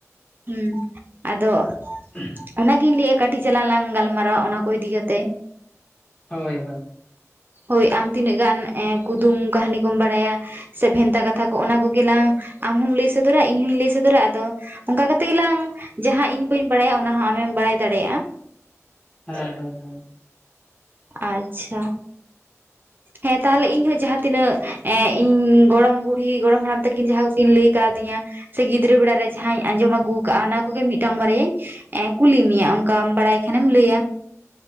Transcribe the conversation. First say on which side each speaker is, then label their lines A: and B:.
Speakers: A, on the right; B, on the left.
A: ᱦᱩᱸ ᱟᱫᱚ
B: <unintelligible>
A: ᱚᱱᱟᱜᱤᱧ ᱞᱟᱹᱭᱮᱜ-ᱟ ᱠᱟᱹᱴᱤᱡ ᱪᱟᱞᱟᱝ ᱞᱟᱝ ᱜᱟᱞᱢᱟᱨᱟᱣᱟ ᱚᱱᱟ ᱠᱚ ᱤᱫᱤ ᱠᱟᱛᱮ
B: ᱦᱳᱭ ᱦᱳᱭ ᱾
A: ᱦᱳᱭ ᱟᱢ ᱛᱤᱱᱟᱹᱜ ᱜᱟᱱ ᱠᱩᱫᱩᱢ ᱠᱟᱹᱦᱱᱤ ᱠᱚᱢ ᱵᱟᱲᱟᱭᱟ ᱥᱮ ᱵᱷᱮᱱᱛᱟ ᱠᱟᱛᱷᱟ ᱠᱚ ᱚᱱᱟ ᱠᱚᱜᱮ ᱞᱟᱝ ᱟᱢ ᱦᱚᱢ ᱞᱟᱹᱭ ᱥᱚ ᱫᱚᱨᱟ ᱤᱧ ᱦᱚᱸᱧ ᱞᱟᱹᱭ ᱥᱚᱫᱚᱨᱟ ᱟᱫᱚ ᱚᱱᱠᱟ ᱠᱟᱛᱮ ᱜᱮᱞᱟᱝ ᱡᱟᱦᱟᱸ ᱤᱧ ᱵᱟᱹᱧ ᱵᱟᱲᱟᱭᱟ ᱚᱱᱟ ᱟᱢᱮᱢ ᱵᱟᱲᱟᱭ ᱫᱟᱲᱮᱭᱟᱜᱼᱟ ᱾
B: ᱦᱮᱸ ᱦᱚᱭ ᱦᱚᱭ ᱾
A: ᱟᱪᱪᱷᱟ ᱦᱮᱸ ᱛᱟᱦᱚᱞᱮ ᱤᱧ ᱦᱚᱸ ᱡᱟᱦᱟᱸ ᱛᱤᱱᱟᱹᱜ ᱤᱧ ᱜᱚᱲᱚᱢ ᱵᱩᱲᱦᱤ ᱜᱚᱲᱚᱢ ᱦᱟᱲᱟᱢ ᱛᱟᱠᱤᱱ ᱡᱟᱦᱟᱸ ᱠᱚᱠᱤᱱ ᱞᱟᱹᱭ ᱠᱟᱣᱫᱤᱧᱟ ᱥᱮ ᱜᱤᱫᱽᱨᱟᱹ ᱵᱮᱲᱟ ᱨᱮ ᱡᱟᱦᱟᱸᱧ ᱟᱸᱡᱚᱢ ᱟᱹᱜᱩ ᱠᱟᱜ ᱟ ᱚᱱᱟ ᱠᱚᱜᱮ ᱢᱤᱫᱴᱟᱝ ᱵᱟᱨᱭᱟᱧ ᱠᱩᱞᱤ ᱢᱮᱭᱟ ᱚᱱᱠᱟᱢ ᱵᱟᱲᱟᱭ ᱠᱷᱟᱱᱮᱢ ᱞᱟᱹᱭᱟ